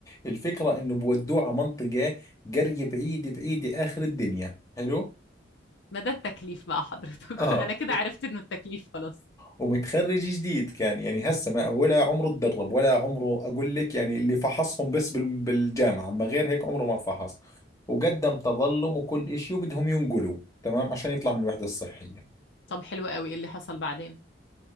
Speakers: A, on the left; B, on the left.
A: الفكرة إنه بودوه على منطقة قرية بعيدة بعيدة آخر الدنيا حلو
B: ما ده التكليف بقى حضرتك
A: اه
B: <laughs> انا كده عرفت انه التكليف خلاص
A: ومتخرج جديد كان يعني هسه ما ولا عمره تدرب ولا عمره اقول لك يعني اللي فحصهم بس بال- بالجامعه اما غير هيك عمره ما فحص وقدم تظلم وكل إشي وبدهم ينقلوا تمام عشان يطلع من الوحده الصحيه
B: طب حلو قوي ايه اللي حصل بعدين